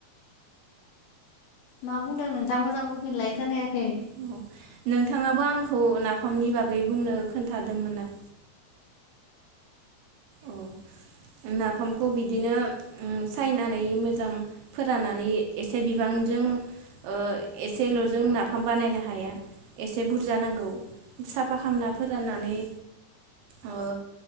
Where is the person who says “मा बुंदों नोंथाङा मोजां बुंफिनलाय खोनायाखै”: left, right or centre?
Left